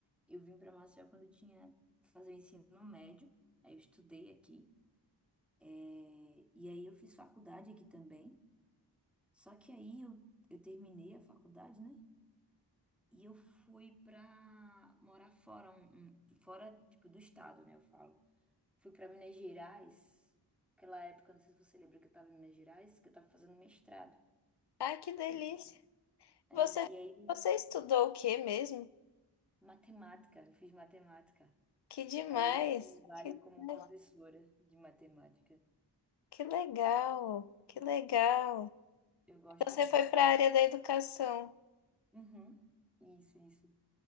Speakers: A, in the centre; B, on the left.
A: Eu vim pra Maceió quando eu tinha fazer o ensino médio, aí eu estudei aqui. É, e aí eu fiz faculdade aqui também. Só que aí eu, eu terminei a faculdade, né? E eu fui pra morar fora, um, um- fora, tipo, do estado, né? Eu falo. Fui pra Minas Gerais. Aquela época, não sei se você lembra que eu tava em Minas Gerais, que eu tava fazendo mestrado.
B: Ai, que delícia.
A: E, é,
B: Você,
A: e aí,
B: você estudou o quê mesmo?
A: matemática, eu fiz matemática.
B: Que demais.
A: Aí hoje eu trabalho como
B: né?
A: professora de matemática.
B: Que legal, que legal.
A: Eu gosto
B: Então, Você
A: muito.
B: foi pra área da educação.
A: Uhum. Isso, isso.